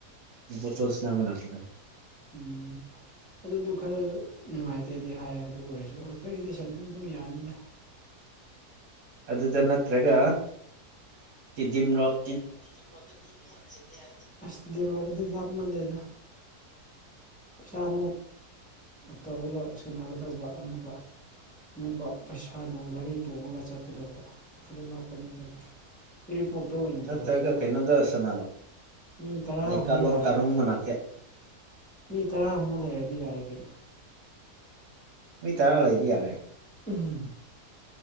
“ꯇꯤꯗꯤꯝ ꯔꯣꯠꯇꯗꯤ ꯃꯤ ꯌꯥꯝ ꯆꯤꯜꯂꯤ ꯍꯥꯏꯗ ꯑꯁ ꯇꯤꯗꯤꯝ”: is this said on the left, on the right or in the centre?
Centre